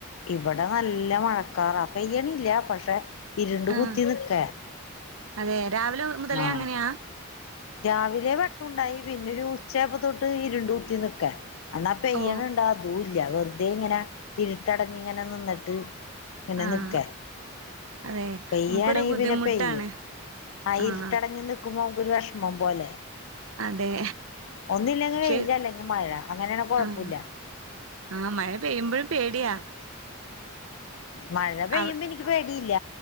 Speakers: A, on the left (about 70°); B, on the right (about 75°).
A: ഇവടെ നല്ല മഴക്കാറാ പെയ്യണില്ല പക്ഷെ ഇരുണ്ട്
B: ആഹ്
A: കുത്തി നിക്ക
B: അതെ രാവിലെ മുതലേ
A: ആഹ്
B: അങ്ങനെയാ?
A: രാവിലെ വെട്ടുണ്ടായി പിന്നെ ഒരു ഉച്ചായപ്പോ തൊട്ട് ഇരുണ്ട് കുത്തി നിക്കാ അന്നാ പെയ്യണ്
B: ഓ
A: ണ്ടാ അതൂല്ല്യ വെർതെ ഇങ്ങന ഇരുട്ടടഞ്ഞിങ്ങനെ നിന്ന്ട്ട് ഇങ്ങനെ
B: ആഹ്
A: നിക്കാൻ
B: അതെ
A: പെയ്യാണെങ്കി
B: നമുക്കൊരു ബുദ്ധിമുട്ടാണ്
A: പിന്നെ പെയ്യും ആ
B: ആഹ്
A: ഇരിട്ടടഞ്ഞു നിക് ക്കുമ്പോ നമുക്കൊരു വേഷമം പോലെ
B: അതെ
A: ഒന്നില്ലെങ്കില് വെയില്
B: ശെ
A: അല്ലെങ്കി മഴ അങ്ങനെയാണെ കൊഴപ്പവില്ല
B: ആഹ് ആഹ് മഴ പെയ്യുമ്പോഴും പേടിയാ
A: മഴ പെയ്യുമ്പോ
B: അവ
A: എനിക്ക് പേടി ഇല്ല